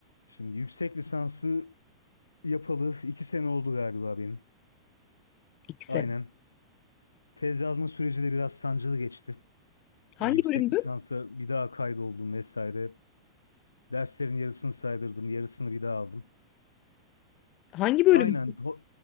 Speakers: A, on the left; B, on the left.
A: Şimdi yüksek lisansı yapalı iki sene oldu galiba benim.
B: İki
A: Aynen.
B: sene.
A: Tez yazma süreci de biraz sancılı geçti.
B: Hangi
A: Yani yüksek
B: bölümdü?
A: lisansa bir daha kaydoldum vesaire. Derslerin yarısını saydırdım, yarısını bir daha aldım.
B: Hangi bölüm?
A: Aynen. ho-